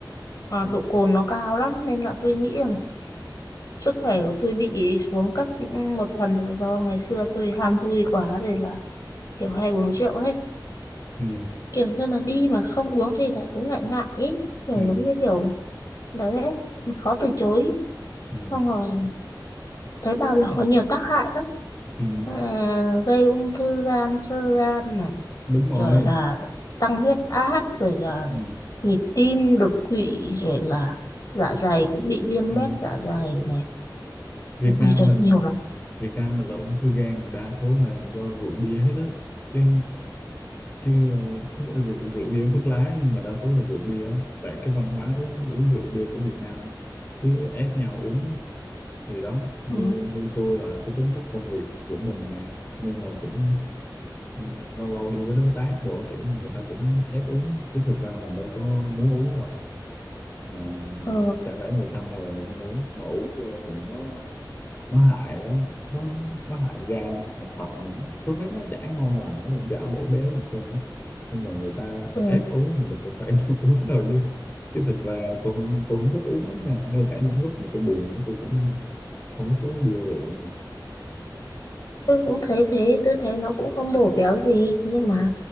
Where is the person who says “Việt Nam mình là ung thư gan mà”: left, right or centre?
Left